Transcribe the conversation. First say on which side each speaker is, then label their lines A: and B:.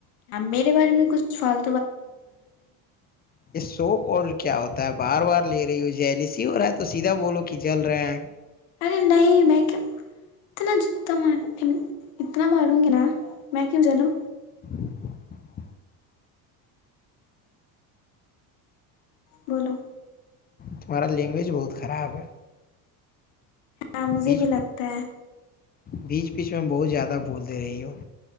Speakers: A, on the left; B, on the left.
A: آ میرے بارے میں کچھ فال
B: یہ شوڈ کیا ہوتا ہوتا ہے بار بار لے رہی ہ ہو جیلی سی ہو رہا ہے تو سیدھا بولو کہ جل رہے ہیں
A: ارے نہیں میں کیوں اتنا جتا مار اتنا ماروں گی نا میں کیوں چلوں
B: ج
A: بولو
B: تمہارا لینگویج بہت خراب ہے
A: ہاں مجھے
B: بیچ
A: بھی لگتا ہے
B: بیچ بیچ میں بہت زیادہ بھولتے رہی ہوں